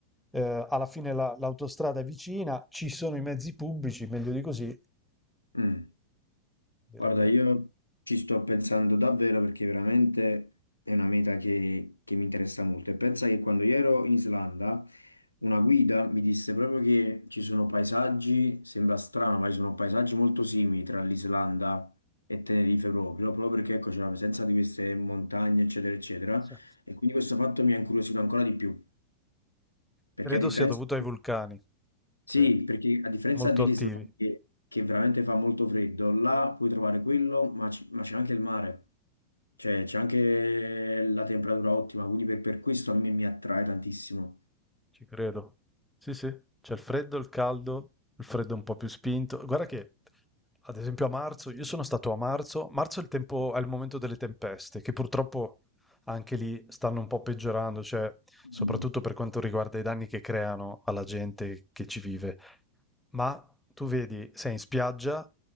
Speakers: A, in the centre; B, on the left (about 80°).
A: Eh, alla fine la- l'autostrada è vicina, ci sono i mezzi pubblici, meglio di così,
B: mm.
A: direi
B: Guarda,
A: che
B: io ci sto pensando davvero perché veramente è una meta che, che mi interessa molto. E pensa che quando io ero in Islanda, una guida mi disse proprio che ci sono paesaggi, sembra strano, ma ci sono paesaggi molto simili tra l'Islanda e Tenerife proprio, proprio perché ecco, c'è la presenza di queste montagne, eccetera, eccetera.
A: Sì.
B: E quindi questo fatto mi ha incuriosito ancora di più, perché
A: Credo
B: a differenza
A: sia dovuto ai vulcani,
B: sì,
A: sì,
B: perché a differenza
A: molto
B: dell'Islanda,
A: attivi,
B: che, che veramente fa molto freddo, là puoi trovare quello, ma c- ma c'è anche il mare, cioè c'è anche la temperatura ottima, quindi per, per questo a me mi attrae tantissimo.
A: ci credo. Sì, sì, c'è il freddo, il caldo, il freddo un po' più spinto. Guarda che, ad esempio, a marzo, io sono stato a marzo, marzo è il tempo, è il momento delle tempeste, che purtroppo anche lì stanno un po' peggiorando, cioè,
B: Mm.
A: soprattutto per quanto riguarda i danni che creano alla gente che ci vive. Ma tu vedi, sei in spiaggia